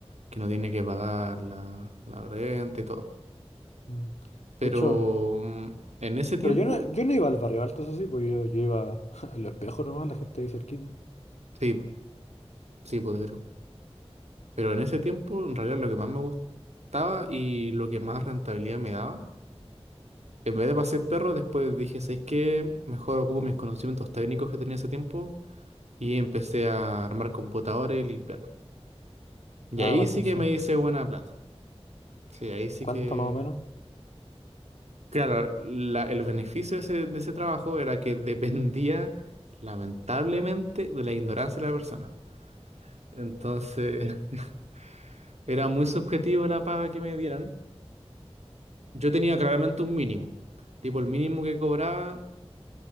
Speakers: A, on the right (about 90°); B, on the left (about 85°).
A: que no tiene que pagar la, la renta y todo.
B: mm.
A: Pero
B: De hecho...
A: mm, en ese tiempo,
B: Pero yo no, yo no iba al barrio alto, eso sí, pues yo, yo iba <laughs> al espejo nomás, la gente ahí cerquita.
A: sí, po, sí, pues creo. Pero en ese tiempo, en realidad lo que más me gustaba y lo que más rentabilidad me daba En vez de pasear perro, después dije, ¿sabes qué? Mejor ocupo mis conocimientos técnicos que tenía hace tiempo y empecé a armar computadores y limpiar. Y
B: Ah,
A: ahí
B: mantención.
A: sí que me hice buena plata. Sí, ahí sí
B: ¿Cuánto
A: que...
B: más o menos?
A: Claro, la- el beneficio de ese, de ese trabajo era que dependía, lamentablemente, de la ignorancia de la persona. Entonces, <laughs> era muy subjetivo la paga que me dieran. Yo tenía claramente un mínimo. Tipo, el mínimo que cobraba,